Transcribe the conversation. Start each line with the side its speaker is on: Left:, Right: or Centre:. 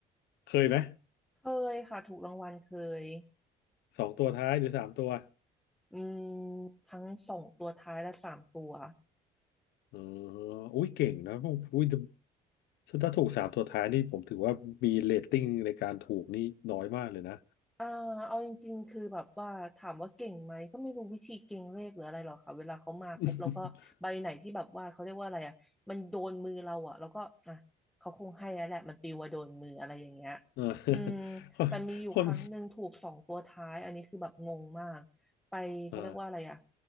Left: เคยไหม
Centre: เคยค่ะถูกรางวัลเคย
Left: สองตัวท้ายหรือสามตัว
Centre: อืมทั้งสองตัวท้ายและสามตัว
Left: อ๋ออุ้ยเก่งนะอุ้ยถ้าถูกสามตัวท้ายนี่ผมถือว่ามีเรตติ้งในการถูกนี่น้อยมากเลยนะ
Centre: อ่าเอาจริงๆคือแบบว่าถามว่าเก่งไหมก็ไม่รู้วิธีเก่งเลขหรืออะไรหรอกค่ะเวลาเขามาปุ๊บเราก็ใบไหนที่แบบว่าเขาเรียกว่าอะไรอ่ะมันโดนมือเราอ่ะแล้วก็อ่ะเขาคงให้แล้วแหละมันปลิวมาโดนมืออะไรอย่างเงี้ย
Left: <laughs> เออ
Centre: อืม
Left: คนคน
Centre: แต่มีอยู่ครั้งหนึ่งถูกสองตัวท้ายอันนี้คือแบบงงมากไปเขาเรียกว่าอะไรอ่ะ
Left: เ่อ